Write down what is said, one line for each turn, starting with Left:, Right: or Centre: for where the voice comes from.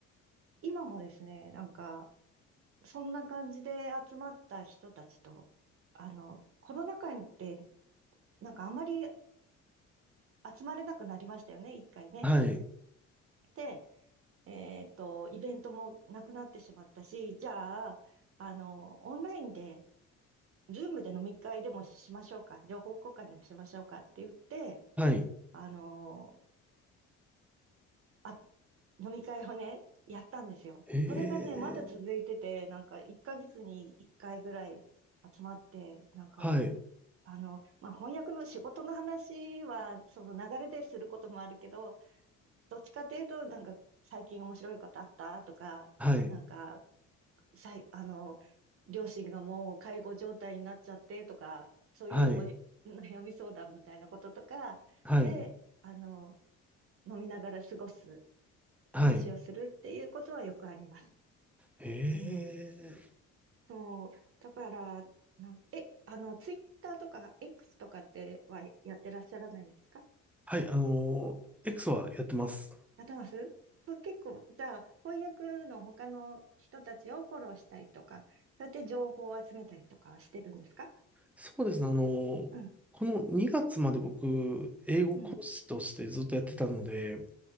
Right: 今もですね、なんか、そんな感じで集まった人たちと、あの、コロナ禍にって、なんかあまり、ん集まれなくなりましたよね、一回ね。
Centre: はい、
Right: で、えっと、イベントもなくなってしまったし、じゃあ、あの、オンラインで、ズームで飲み会でもしましょうか、情報交換でもしましょうかって言って、
Centre: はい。
Right: あのーあ、飲み会をね、やったんですよ。
Centre: ええ
Right: それがね、まだ続いてて、なんか1ヶ月に1回ぐらい集まって、なんか、
Centre: はい、
Right: あの、まあ、翻訳の仕事の話は、その流れですることもあるけど、どっちかというと、なんか最近面白いことあったとか、
Centre: はい、
Right: なんかさい、あの、両親がもう介護状態になっちゃってとか、そういうおり悩み相談みたいなこととかで、
Centre: はい、はい、
Right: あの、飲みながら過ごす、
Centre: はい。
Right: 話をするっていうことはよくあります。
Centre: ええ
Right: うん。そう。だから、なん、え、あの、ツイッターとか X とかってはやってらっしゃらないんですか
Centre: はい、あのー X はやってます。
Right: やってますそう結構、じゃあ、翻訳の他の人たちをフォローしたりとか、そうやって情報を集めたりとかはしてるんですか
Centre: そうですね。あの、
Right: うん。
Centre: この2月まで僕、英語講師としてずっとやってたので、
Right: うん。